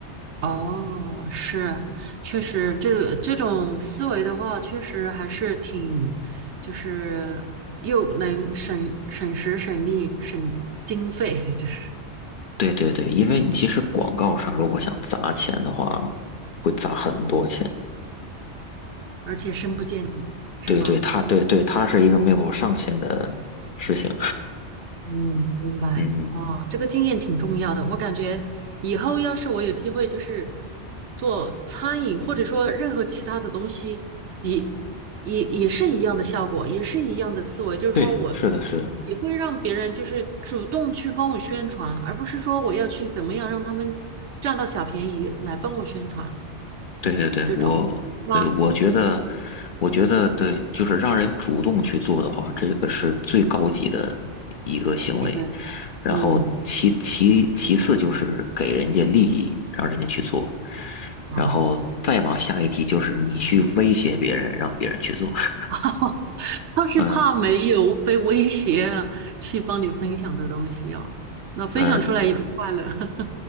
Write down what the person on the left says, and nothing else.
对对对，因为其实广告上如果想砸钱的话，会砸很多钱。
对对，它对对，它是一个没有上限的事情。
嗯，
对，是的，是的。
对对对，
我对我觉得，
我觉得对，就是让人主动去做的话，这个是最高级的一个行为。
然后其其其次就是给人家利益，
让人家去做。
然后再往下一级就是你去威胁别人，让别人去做。<laughs>
嗯
嗯，呃